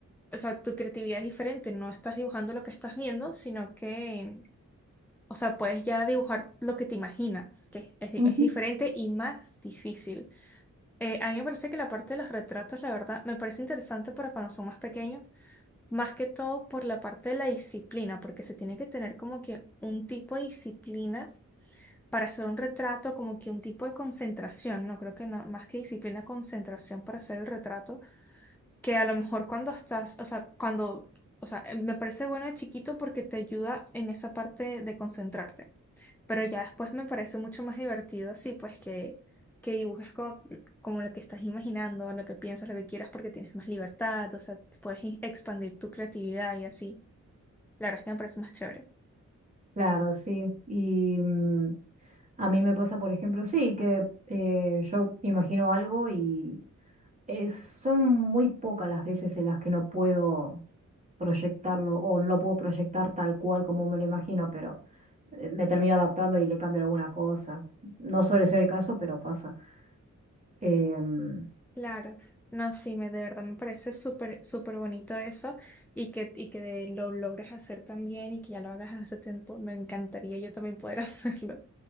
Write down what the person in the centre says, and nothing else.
o sea, tu creatividad es diferente, no estás dibujando lo que estás viendo, sino que, o sea, puedes ya dibujar lo que te imaginas, que es, di-
es diferente y más difícil. Eh, a mí me parece que la parte de los retratos, la verdad, me parece interesante para cuando son más pequeños, más que todo por la parte de la disciplina, porque se tiene que tener como que un tipo de disciplina para hacer un retrato, como que un tipo de concentración, no creo que no, más que disciplina, concentración para hacer el retrato, que a lo mejor cuando estás, o sea, cuando, o sea, eh, me parece bueno de chiquito porque te ayuda en esa parte de concentrarte, pero ya después me parece mucho más divertido así, pues que, que dibujes co- como, lo que estás imaginando, lo que piensas, lo que quieras, porque tienes más libertad, o sea, puedes i- expandir tu creatividad y así. La verdad es que me parece más chévere.
Claro, no, sí, me, de verdad me parece súper, súper bonito eso y que, y que lo logres hacer también y que ya lo hagas hace tiempo, me encantaría yo también poder <laughs> hacerlo.